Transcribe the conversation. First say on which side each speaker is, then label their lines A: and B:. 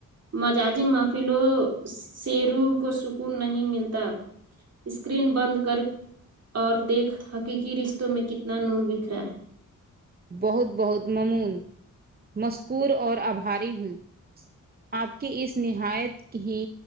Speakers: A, on the right (about 50°); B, on the right (about 30°).
A: مجازی محفلوں سے روح کو سکون نہیں ملتا اسکرین بند کر اور دیکھ حقیقی رشتوں میں کتنا نور بکھرا ہے
B: بہت بہت ممون مذکور اور آبھاری ہوں آپ کی اس نہایت ہی